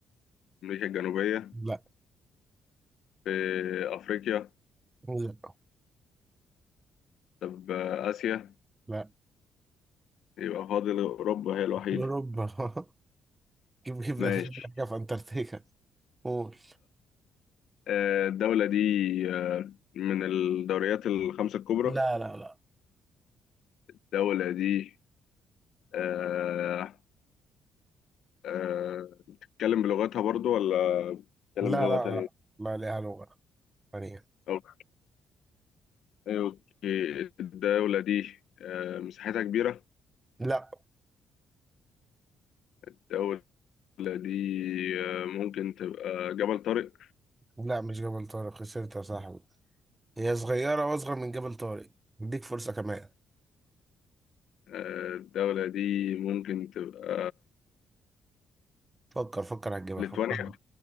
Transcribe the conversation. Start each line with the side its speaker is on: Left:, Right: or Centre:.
Left: أمريكا الجنوبية
Right: لا
Left: في أفريقيا
Right: لا
Left: طب آه، آسيا
Right: لا
Left: يبقى فاضل أوروبا هي الوحيدة
Right: اوروبا <laughs> جيب جيب ده
Left: ماشي
Right: مفيش حاجة في انتاركتيكا قول
Left: آه، الدولة دي آه، من الدوريات الخمسة الكبرى
Right: لا لا لا
Left: الدولة دي آه، آه، بتتكلم بلغتها برضو ولا بتتكلم
Right: لا
Left: بلغة
Right: لا
Left: تانية؟
Right: لا ما لها لغة ثانية
Left: أوكي أوكي. الدولة دي آه، مساحتها كبيرة
Right: لا
Left: الدولة دي آه، ممكن تبقى جبل طارق
Right: لا مش جبل طارق خسرت يا صاحبي هي صغيرة وأصغر من جبل طارق اديك فرصة كمان
Left: آه، الدولة دي ممكن تبقى
Right: فكر فكر هتجيبها
Left: ليتوانيا
Right: فكر